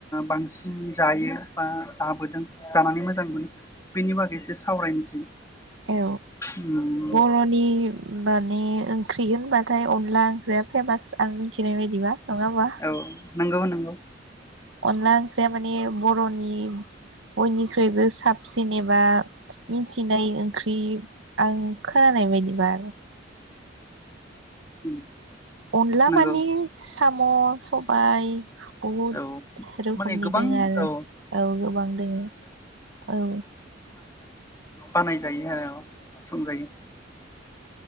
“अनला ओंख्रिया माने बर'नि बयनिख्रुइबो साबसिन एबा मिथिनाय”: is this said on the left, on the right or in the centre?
Right